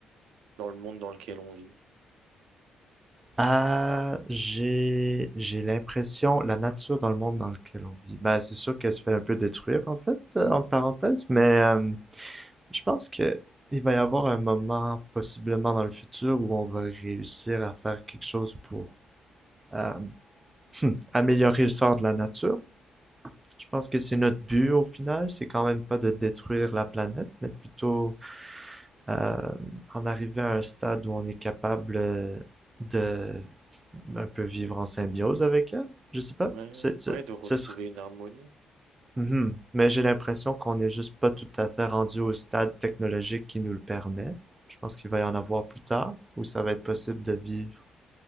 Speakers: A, on the right; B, on the right.
A: dans le monde dans lequel on vit?
B: Ah, j'ai j'ai l'impression, la nature dans le monde dans lequel on vit, ben, c'est sûr qu'elle se fait un peu détruire en fait, euh, en parenthèse, mais euh, je pense que il va y avoir un moment possiblement dans le futur où on va réussir à faire quelque chose pour euh, <laughs> améliorer le sort de la nature. Je pense que c'est notre but au final, c'est quand même pas de détruire la planète, mais plutôt euh, en arriver à un stade où on est capable euh, de un peu vivre en symbiose avec elle, je sais pas.
A: Ouais,
B: C'est, c'est-
A: ouais, de retrouver
B: ce serait...
A: une harmonie.
B: Mhm. Mais j'ai l'impression qu'on n'est juste pas tout à fait rendu au stade technologique qui nous le permet. Je pense qu'il va y en avoir plus tard, où ça va être possible de vivre